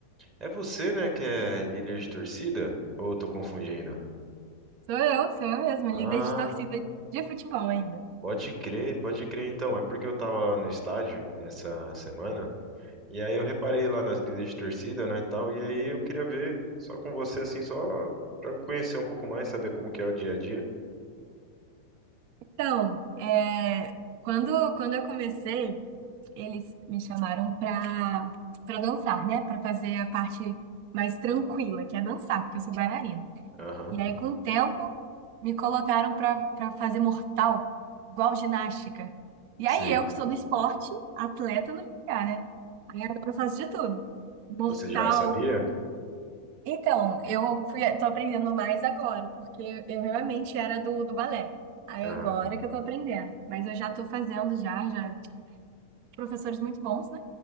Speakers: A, on the right (about 25°); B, on the right (about 45°).
A: é você, né, que é líder de torcida? Ou eu tô confundindo?
B: Sou eu, sou eu mesma,
A: Ah,
B: líder de torcida de futebol ainda.
A: pode crer, pode crer então. É porque eu tava no estádio essa semana E aí eu reparei lá nas líderes de torcida, né, tal, e aí eu queria ver só com você, assim, só pra eu conhecer um pouco mais, saber como que é o dia a dia.
B: Então, é, quando, quando eu comecei. eles me chamaram pra, pra dançar, né? Pra fazer a parte mais tranquila, que é dançar, porque eu sou bailarina.
A: Aham,
B: E aí, com o tempo, me colocaram pra, pra fazer mortal, igual ginástica. E
A: sei.
B: aí, eu que sou do esporte, atleta não ia, né? Aí agora eu faço de tudo. Mortal.
A: Você já sabia?
B: Então, eu fui, tô aprendendo mais agora, porque eu realmente era do, do balé. Aí
A: Aham,
B: agora que eu tô aprendendo. Mas eu já tô fazendo já, já. Professores muito bons, né?